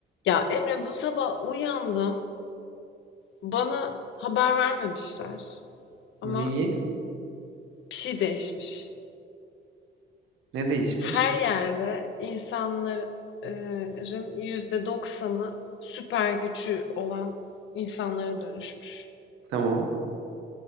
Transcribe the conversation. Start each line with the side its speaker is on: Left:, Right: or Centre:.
Left: Ya Emre bu sabah uyandım. Bana haber vermemişler. Ama
Right: Neyi?
Left: bir şey değişmiş.
Right: Ne değişmiş?
Left: Her yerde insanların yüzde doksanı süper gücü olan insanlara dönüşmüş.
Right: Tamam.